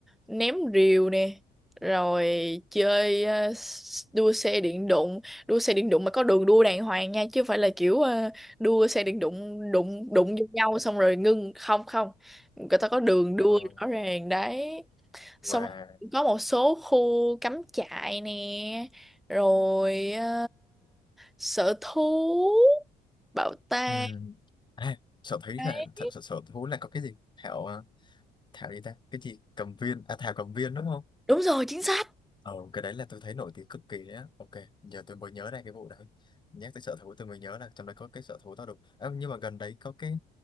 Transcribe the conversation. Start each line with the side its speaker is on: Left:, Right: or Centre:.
Centre: ném rìu nè rồi chơi ờ, s- đua xe điện đụng đua xe điện đụng mà có đường đua đàng hoàng nha chứ không phải là kiểu ờ, đua xe điện đụng đụng đụng vô nhau xong rồi ngưng không không người ta có đường
Left: ờ,
Centre: đua rõ ràng đấy
Left: và
Centre: xong rồi có một số khu cắm trại nè rồi ờ, sở thú bảo tàng
Left: ừ, à, Sợ thấy
Centre: đấy
Left: là thật sự sở thú là có cái gì Thảo ờ, Thảo gì ta cái gì cầm viên à Thảo cầm viên đúng không
Centre: đúng rồi chính xác
Left: Ờ, cái đấy là tôi thấy nổi tiếng cực kỳ đấy á. Ok, giờ tôi mới nhớ ra cái vụ đấy. Nhắc tới sở thú tôi mới nhớ là trong đấy có cái sở thú tao đục. À, nhưng mà gần đấy có cái